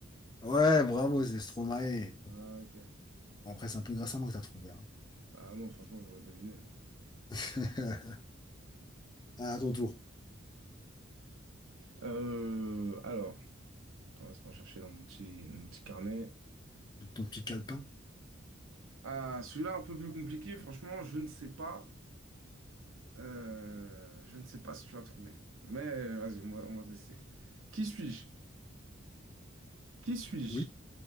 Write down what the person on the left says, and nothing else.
Ouais, bravo, c'est Stromae.
Bon, après, c'est un peu grâce à moi que t'as trouvé. hein.
<laughs> À ton tour.
Ton petit calepin.
Oui,